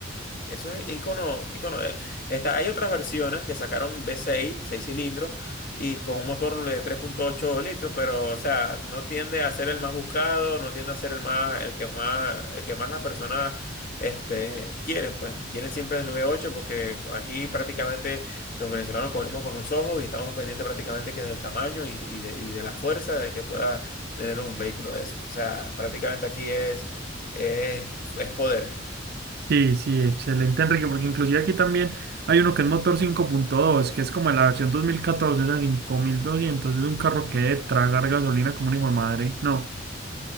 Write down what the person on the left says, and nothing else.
Eso es icono, icono de él. Está, hay otras versiones que sacaron V6, seis seis cilindros, y con un motor de tres punto ocho litros, pero, o sea, no tiende a ser el más buscado, no tiende a ser el más, el que más, el que más las personas, este, quieren, pues. Quieren siempre el V8 porque aquí prácticamente los venezolanos comemos con los ojos y estamos pendientes prácticamente que del tamaño y, y de, y de la fuerza de que pueda tener un vehículo de esos. O sea, prácticamente aquí es, es, es poder.